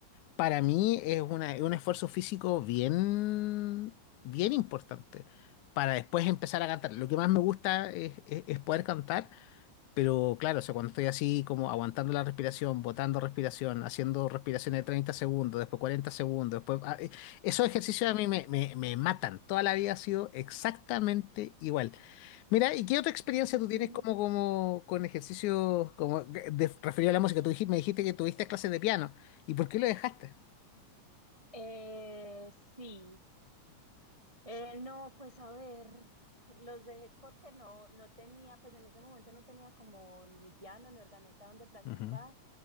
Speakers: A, on the left (about 80°); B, on the right (about 35°).
A: para mí es una- es un esfuerzo físico bien, bien importante para después empezar a cantar. Lo que más me gusta es, es- es poder cantar, pero claro, o sea, cuando estoy así como aguantando la respiración, botando respiración, haciendo respiraciones de 30 segundos, después 40 segundos, después... ah, eh, Esos ejercicios a mí me, me, me matan. Toda la vida ha sido exactamente igual. Mira, ¿y qué otra experiencia
B: Ujú.
A: tú tienes como, como con ejercicios como de, de- referido a la música? Tú dijiste, me dijiste que tuviste clases de piano. ¿Y por qué lo dejaste?
B: Eh, sí, Eh, no, pues a ver, los dejé porque no, no tenía, pues en ese momento no tenía como ni piano ni organeta donde practicar,
A: Ujú.